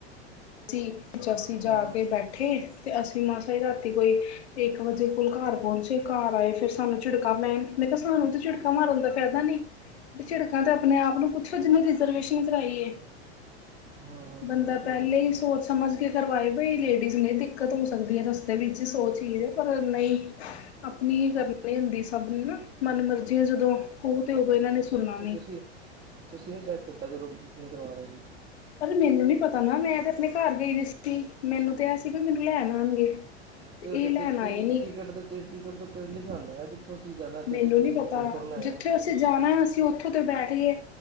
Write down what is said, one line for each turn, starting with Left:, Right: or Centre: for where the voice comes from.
Left: ਵਿੱਚ ਅਸੀਂ ਜਾ
Right: ਹਾਂ
Left: ਕੇ ਬੈਠੇ ਤੇ ਅਸੀਂ ਮਾਸਾ ਰਾਤੀ ਕੋਈ ਇੱਕ ਵਜੇ ਖੁਲਕਾ ਘਰ ਪਹੁੰਚੇ ਘਰ ਆਏ ਫਿਰ ਸਾਨੂੰ ਝਿੜਕਾ ਪੈਣ ਮੈਂ ਕਿਹਾ ਸਾਨੂੰ ਤਾਂ ਝਿੜਕਾਾਂ ਮਾਰਨ ਦਾ ਫਾਇਦਾ ਨਹੀਂ ਤੇ ਝਿੜਕਾਂ ਤੇ ਆਪਣੇ ਆਪ ਨੂੰ ਕੁੱਥੋਂ ਰਿਜਰਵੇਸ਼ਨ ਕਰਈ ਹੈ
Right: ਹਾਂ
Left: ਬੰਦਾ
Right: ਬਿਲਕੁਲ
Left: ਪਹਿਲੇ
Right: ਬਿਲਕੁਲ
Left: ਹੀ ਸੋਚ ਸਮਝ ਕੇ ਕਰਵਾਏ ਬਈ ਲੇਡੀਜ਼ ਨੇ ਦਿੱਕਤ ਹੋ ਸਕਦੀ ਹੈ ਰਸਤੇ ਵਿੱਚ ਸੋਚ ਹੀ ਪਰ ਨਹੀਂ ਹੀ ਆਪਣੀ ਹੀ ਕਰਨੀ ਹੁੰਦੀ ਸਭ ਨੂੰ ਨਾ ਮਨ ਮਰਜ਼ੀਆਂ ਜਦੋਂ ਕੋਹ ਤੇ ਉਦੋਂ ਇਹਨਾਂ ਨੇ ਸੁਣਨਾ
Right: ਅਤੇ
Left: ਨਹੀਂ
Right: ਤੁਸੀਂ ਤੁਸੀਂ ਨਹੀਂ ਚੈੱਕ ਕੀਤਾ ਚਦੋਂ ਬੁਕਿੰਗ ਕਰਵਾ ਰਹੇ ਜੀ
Left: ਪਰ ਮੈਨੂੰ ਨੀ ਪਤਾ ਨਾ ਮੈਂ ਤੇ ਆਪਣੇ ਘਰ ਗਈ ਰ ਮੈਨੂੰ ਤੇ ਇਹ ਸੀ ਵੀ ਮੈਨੂੰ ਲੈਣ ਆਉਣਗੇ
Right: ਤੇ
Left: ਇਹ ਲੈਣ ਆਏ ਨੀ
Right: ਟਿਕਟ ਟਿਕਟ ਲਿਖਿਆ ਹੁੰਦਾ ਜਿੱਥੋਂ ਅਸੀਂ ਜਾਣਾ ਤੇ
Left: ਮੈਨੂੰ
Right: ਜਿੱਥੇ
Left: ਨੀ
Right: ਅਸੀਂ
Left: ਪਤਾ
Right: ਉਤਰਨਾ ਹੈਗਾ
Left: ਜਿੱਥੇ ਅਸੀਂ ਜਾਣਾ ਅਸੀਂ ਉੱਥੋਂ ਤੇ ਬੈਠ ਗਏ